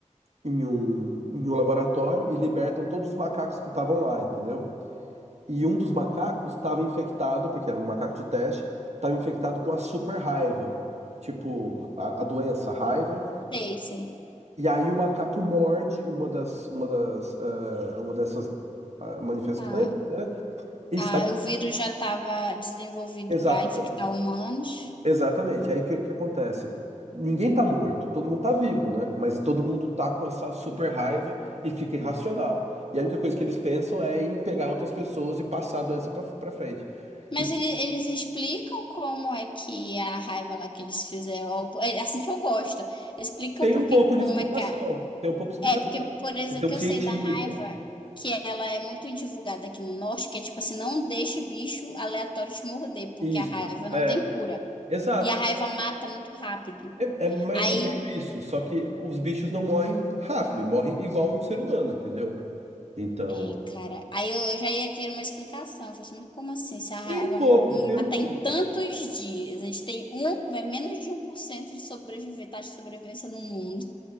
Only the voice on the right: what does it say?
em um, em um laboratório e libertam todos os macacos que estavam lá, entendeu? E um dos macacos estava infectado, porque era um macaco de teste, estava infectado com a super raiva, tipo a, a doença, a raiva.
E aí o macaco morde uma das uma das eh, uma dessas ah, manifestantes,
né? E
sai
exatamente.
Exatamente. Aí o que, que acontece? Ninguém tá morto, todo mundo tá vivo, né? Mas todo mundo tá com essa super raiva e fica irracional.
E a única coisa que eles pensam é em pegar outras pessoas e passar a doença pra, pra frente.
E
tem
um pouco
de explicação.
Tem um pouco de explicação.
Tem
um cientista.
Isso.
É,
exato.
É, é me-
é meio isso. Só que os bichos não morrem rápido, morrem igual um ser humano, entendeu? Então,
tem um pouco,
tem
um pouco.